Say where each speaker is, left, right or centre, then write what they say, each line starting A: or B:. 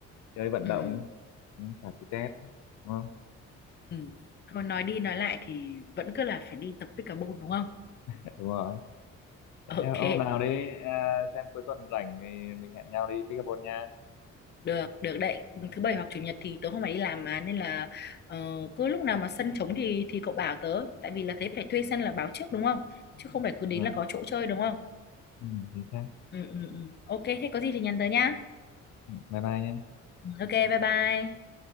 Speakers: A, on the left; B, on the left.
A: chơi vận
B: Ừm.
A: động, ừ, xả stress, đúng không? <laughs>
B: Ừ. Thôi nói đi nói lại thì vẫn cứ là phải đi tập pickleball đúng không?
A: Dạ, Đúng rồi. Thế
B: Ok,
A: hôm nào đi à, xem cuối tuần rảnh thì mình hẹn nhau đi pickleball nha.
B: được, được đấy. Thứ bảy hoặc chủ nhật thì tớ không phải đi làm mà nên là ờ, cứ lúc nào mà sân trống thì thì cậu bảo tớ, tại vì là thế phải thuê sân là báo trước đúng không? Chứ không phải
A: Đúng
B: cứ đến
A: rồi.
B: là có chỗ chơi đúng không?
A: Ừ, chính xác.
B: Ừ, ừ, ừ. Ok, thế có gì thì nhắn tớ nhá.
A: bye bye nhé
B: Ừ, Ok, bye bye.